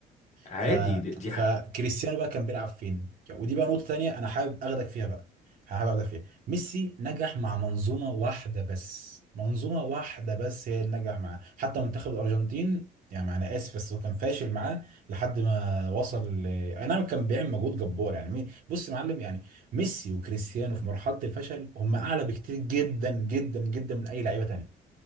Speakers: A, on the left; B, on the right.
A: عادي
B: ف
A: دي, دي
B: فكريستيانو بقى كان بيلعب فين ودي بقى نقطة تانية انا حابب اخدك فيها بقى حابب اخدك فيها ميسي نجح مع منظومة واحدة بس منظومة واحدة بس هي اللي نجح معاه حتى منتخب الارجنتين يعني انا اسف بس هو كان فاشل معاه لحد ما وصل ل... اي نعم كان بيعمل مجهود جبار يعني مي- بص يا معلم يعني ميسي وكريستيانو في مرحلة الفشل هم اعلى بكتير جدا جدا جدا من اي لعيبة تانية